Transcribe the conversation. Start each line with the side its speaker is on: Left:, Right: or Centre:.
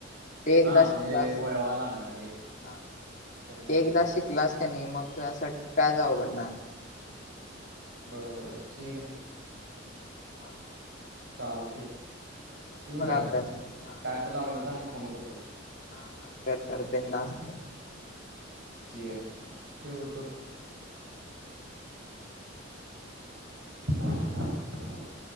Left: ते एकदा
Right: हा म्हणजे
Left: शिकलास
Right: वळवा लागणार आहे
Left: हा
Right: करण्यासाठी
Left: ते एकदा शिकलास नाही मग तुझसाठी काय जाऊं पडणार
Right: बर बर ठीक आहे.
Left: हा हा
Right: चालते ठिवू काय,
Left: अभ्यास हा
Right: काय तर लागलं तर आणि फोन करतो.
Left: <unintelligible>
Right: ठिक आहे, ठेवतो. <inaudible>